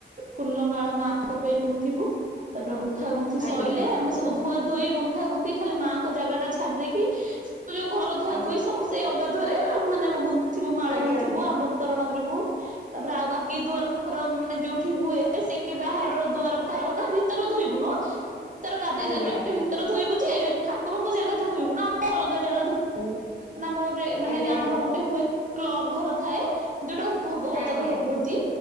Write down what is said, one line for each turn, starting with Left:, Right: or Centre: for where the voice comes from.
Right: ଫୁଲ ମାଳ ମାଙ୍କ ପାଇଁ ଗୁନ୍ଥିବୁ ତାପରେ ଗୁନ୍ଥା ଗୁନ୍ଥି
Left: ଆଜ୍ଞା
Right: ଶୋଇଲେ ଆମେ ସବୁ ଧୁଆ ଧୋଇ ଗୁନ୍ଥା ଗୁନ୍ଥ ଖାଲି ମାଆଙ୍କ ଜାଗା ଟା ଛାଡି ଦେଇେଇକି ଯୋଉ ଘର ଧୁଆ
Left: ଆଜ୍ଞା
Right: ଧୁୋଇ ସବୁ ସେଇ ଅଗାଧୂଆରେ ମାନେ ଙ୍ଗୁଥିବୁ ମାଳ
Left: ଆଜ୍ଞା
Right: ଗୁନ୍ଥିବୁ
Left: ଆଜ୍ଞା
Right: ଆମ୍ବ ତରଣ କରିବୁ ତାପରେ ଆଉ ବାକି ଦୁଆର ଘର ମାନେ ଯୋଉଠି ହୁଏ ସେଇ ବାହାରର ଦୁଆର ଫାର ହ ଭିତରେ ଧୋଇବୁ ନୁ ଭିତର ଗାଧେଇ
Left: ଆଜ୍ଞା
Right: ସାରିବ
Left: ଆଜ୍ଞା
Right: ଭିତରେ ଧୋଇବୁ ଯେ ଠାକୁରଙ୍କ ଜାଗା ଟା ଧୋଇବୁ ନା ଆଉ ଅଲଗା ଜାଗା ଧୋ ଓ ମାନେ ଆମର ଗୋଟେ ମାନେ
Left: ଆଜ୍ଞା ଆଜ୍ଞା
Right: ଆମର ଗୋଟେ ହୁଏ କ୍ଲବ ଘର ଥାଏ ଯୋଉଟା ଭଗବତ
Left: ଆଜ୍ଞା
Right: ଘର
Left: ଆଜ୍ଞା
Right: କୁହନ୍ତି।